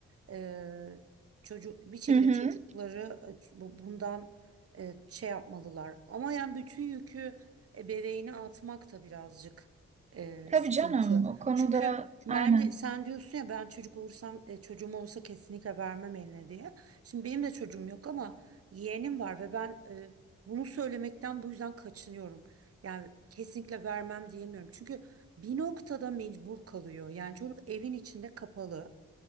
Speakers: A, on the right; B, on the right.
A: e, çocuk bir şekilde
B: Hı hı.
A: çocukları e, bu- bundan e, şey yapmalılar. Ama yani bütün yükü ebeveyni atmak da birazcık e,
B: Tabii
A: sıkıntı.
B: canım o konuda
A: Çünkü bence
B: aynen.
A: sen diyorsun ya ben çocuk olursam e, çocuğum olursa kesinlikle vermem eline diye. Şimdi benim de çocuğum yok ama yeğenim var ve ben e, bunu söylemekten bu yüzden kaçınıyorum. Yani kesinlikle vermem diyemiyorum. Çünkü bir noktada mecbur kalıyor. Yani çocuk evin içinde kapalı.